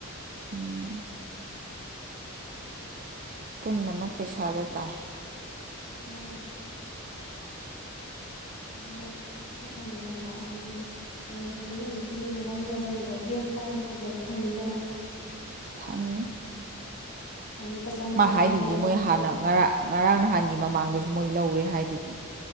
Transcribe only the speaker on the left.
<unintelligible>
ꯃꯥꯅꯦ꯫ ꯎꯔꯦ ꯑꯩꯅ ꯈꯟꯕꯗ ꯈꯡꯕꯔ꯭ ꯍꯥꯏꯗꯤ ꯄꯔꯃꯦꯁꯣꯔꯤꯒ ꯍꯧꯖꯤꯛꯀꯤ ꯔꯤꯕ ꯃꯣꯟꯄꯥꯛ ꯐꯤꯗꯛ ꯂꯩꯕꯗꯣ ꯕꯦꯟ ꯀꯥꯏꯔꯗꯤ ꯐꯖꯕ ꯐꯪꯅꯤꯗꯅ꯫
ꯑꯗꯨ ꯂꯨꯄꯥ ꯆꯥꯝꯃꯉꯥ
ꯆꯥꯝꯃꯉꯥ
ꯍꯥꯏꯔꯁꯨ